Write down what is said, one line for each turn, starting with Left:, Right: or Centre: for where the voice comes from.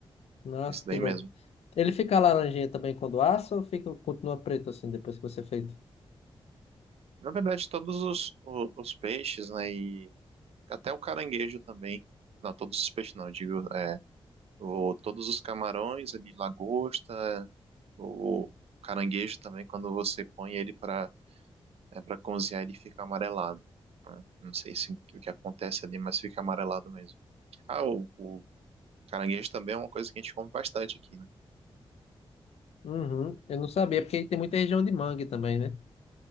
Left: Nossa,
Right: isso
Left: que
Right: daí
Left: louco.
Right: mesmo.
Left: Ele fica laranjinha também quando assa ou fica, continua preto assim depois que você feito?
Right: Na verdade, todos os, o- os, peixes, né? E até o caranguejo também. Não, todos os peixes não, eu digo, é, o, todos os camarões ali, lagosta, o caranguejo também, quando você põe ele para é, para cozinhar, ele fica amarelado. né? Não sei se, o que acontece ali, mas fica amarelado mesmo. Ah, o, o caranguejo também é uma coisa que a gente come bastante aqui,
Left: Uhum. Eu não sabia, porque tem muita região de mangue também, né?